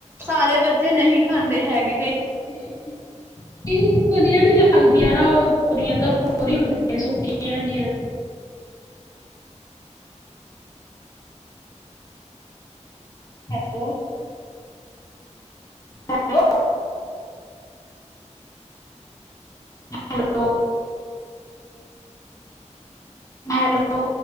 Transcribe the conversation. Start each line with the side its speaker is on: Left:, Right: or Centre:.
Right: ਸਾਰੇ ਬੱਚੇ ਨਹੀਂ ਖਾਂਦੇ ਹੈਗੇ, ਕਈ
Left: ਹ <unintelligible> ਵਧੀਆ ਨੀ ਲੱਗਦੀਆਂ ਨਾ, ਉਹ ਤੋਰੀਆਂ ਤਾਂ ਹੋਰ ਹੀ ਹੁੰਦੀਆਂ ਨੇ ਸੁੱਕੀਆਂ ਜਿਹੀ ਹੈਲੋ। Hello hello. ਹੈਲੋ।